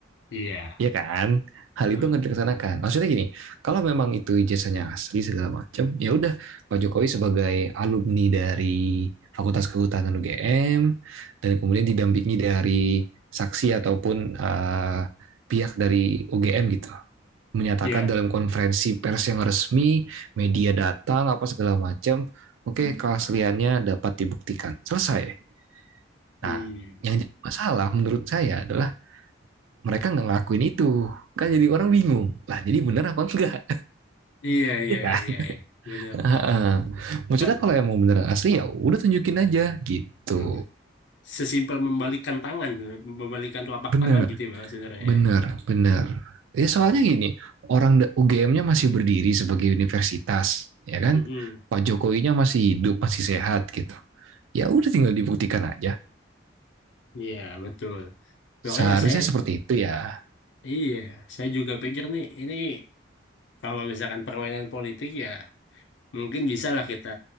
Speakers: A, on the left; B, on the right.
A: Iya.
B: Iya kan? Hal
A: Hmm,
B: itu nggak dilaksanakan. Maksudnya gini, kalau memang itu ijazahnya asli segala macam, ya udah Pak Jokowi sebagai alumni dari Fakultas Kehutanan UGM dan kemudian didampingi dari saksi ataupun eh, pihak dari UGM gitu menyatakan
A: Iya.
B: dalam konferensi pers yang resmi, media datang apa segala macam, oke keasliannya dapat dibuktikan. Selesai.
A: Hmm.
B: Nah, yang jadi masalah menurut saya adalah mereka nggak ngakuin itu kan jadi orang bingung lah jadi bener apa enggak
A: Iya, iya,
B: ya kan
A: iya, iya. Benar,
B: <laughs>
A: benar.
B: maksudnya
A: Kan
B: kalau yang mau bener asli ya udah tunjukin aja gitu
A: mm, sesimpel membalikan tangan, sebenarnya. membalikan telapak
B: bener
A: tangan gitu ya, Bang, sebenarnya.
B: bener
A: ya.
B: bener ya soalnya gini orang UGM-nya masih berdiri sebagai universitas ya kan
A: Mm-mm.
B: Pak Jokowinya masih hidup masih sehat gitu ya udah tinggal dibuktikan aja
A: Iya, betul.
B: seharusnya
A: Makanya saya,
B: seperti itu ya
A: iya, saya juga pikir nih, ini kalau misalkan permainan politik ya, mungkin bisa lah kita